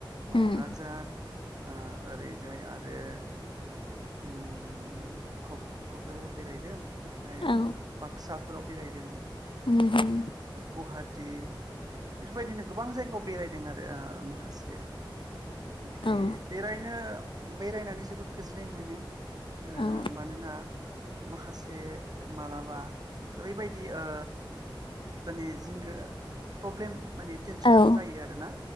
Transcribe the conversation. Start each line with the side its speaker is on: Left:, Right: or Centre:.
Left: उम
Right: क'क्राझार, आ ओरैजाय आरो बे उम क'क्राझार बेरायदों ओमफाय
Left: औ
Right: बाक्साफोराव बेरायदों
Left: उम
Right: गुवाहा थि बेफोरबायदिनो गोबां जायगायाव बेरायदों आरो माखासे ओमफ्राय
Left: औ
Right: बेरायनो बेरायनानै जोबोद गोजोन जै मोनो। हो
Left: औ
Right: मानोना माखासे मालाबा ओरैबायदि ओ फोनि जिंग प्रब्लेम माने थेनसन
Left: औ
Right: जायो आरोना